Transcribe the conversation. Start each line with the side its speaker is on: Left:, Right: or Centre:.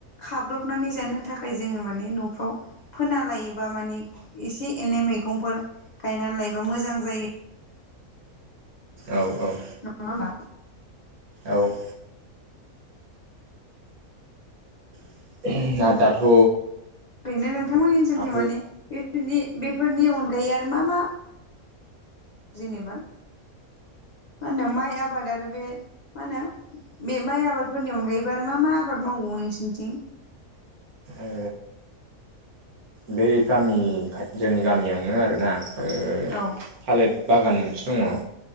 Left: खाब्रबनानै जानो थाखाय जोङो माने न'फ्राव फोना लायोबा माने एसे एनै मैगंफोर गायनानै लायोबा मोजां जायो।
Right: औ औ।
Left: नङा होमबा
Right: औ। आरो दाथ'
Left: ओरैनो नोंथांमोननि ओनसोलथिं
Right: हाथाय
Left: माने बिदि बेफोरनि अनगायै आरो मा मा जेनेबा मा होनदों माइ आबाद आरो बे मा होनो बे माइ आबादफोरनि अनगायैबो आरो मा मा आबाद मावबावो नोंसोरनिथिं?
Right: ओ बे गामि खाथि जोंनि गामियावनो आरोना ओ
Left: औ
Right: थालिर बागान मोनसे दङ' ओ